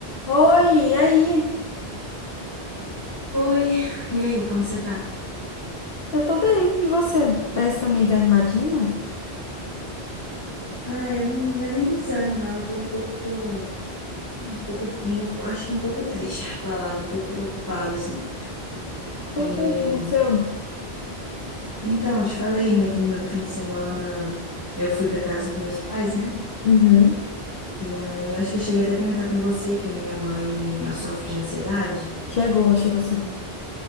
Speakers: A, on the left (about 60°); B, on the left (about 20°).
A: Oi, e aí?
B: Oi, e aí, como você tá?
A: Eu tô bem, e você? Parece que tá meio desanimadinha?
B: Ah, eu não, não é nem desânimo, não. Eu tô um pouco, um pouco, um- acho que um pouco triste <laughs> a palavra, um pouco preocupada, assim.
A: Por
B: É,
A: quê? O que aconteceu?
B: Então, eu te falei, né, que no meu fim de semana eu fui pra casa dos meus pais, né?
A: Uhum.
B: E aí, acho que eu cheguei até a comentar com você que a minha mãe, ela sofre de ansiedade.
A: Chegou, chegou sim.